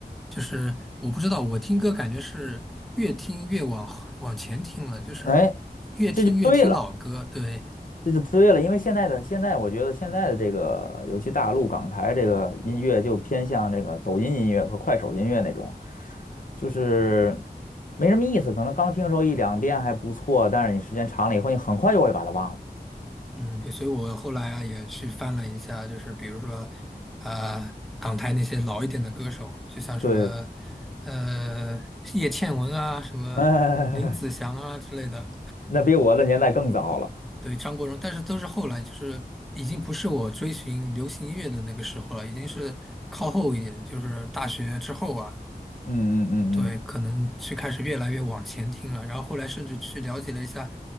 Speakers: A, in the centre; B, on the left.
A: 就是我不知道，我听歌感觉是越听越往后往前听了，就是
B: 哎，
A: 越听越听老歌，
B: 这就对了，
A: 对，
B: 这就对了，因为现在的现在，我觉得现在的这个，尤其大陆港台这个音乐，就偏向这个抖音音乐和快手音乐那种，就是没什么意思。可能刚听时候一两遍还不错，但是你时间长了以后，你很快就会把它忘了。
A: 嗯，对，所以我后来啊也去翻了一下，就是比如说啊、港台那些老一点的歌手，就像什么
B: 对，
A: 呃叶倩文啊，什么林子祥啊之类的，
B: 哎，<laughs> 那比我的年代更早了。
A: 对，张国荣，但是都是后来，就是已经不是我追寻流行音乐的那个时候了，已经是靠后一点，就是大学之后啊，
B: 嗯嗯嗯嗯
A: 对，可能去开始越来越往前听了，然后后来甚至去了解了一下